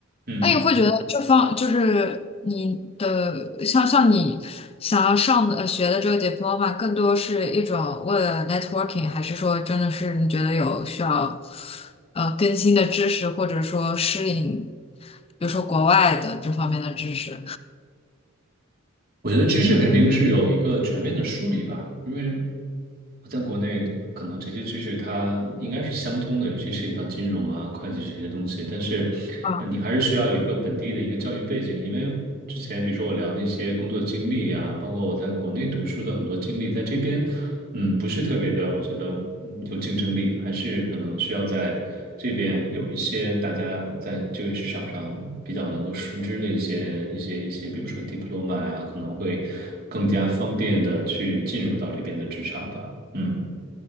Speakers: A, on the right (about 45°); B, on the left (about 25°).
A: 嗯，
B: 那你会觉得这方就是你的，像像你想要上的呃学的这个 diploma，更多是一种为了 networking，还是说真的是你觉得有需要呃更新的知识，或者说适应，比如说国外的这方面的知识？
A: 我觉得知识肯定是有一个全面的梳理吧，因为我在国内可能这些知识它应该是相通的，尤其涉及到金融啊、会计这些东西。但是，
B: 啊，
A: 呃，你还是需要有一个本地的一个教育背景，因为之前比如说我聊那些工作经历啊，包括我在国内读书的很多经历，在这边嗯，不是特别的，我觉得嗯有竞争力，还是可能需要在这边有一些大家在这个市场上比较能够熟知的一些一些一些，比如说 diploma 啊，可能会更加方便的去进入到这边的职场吧。嗯，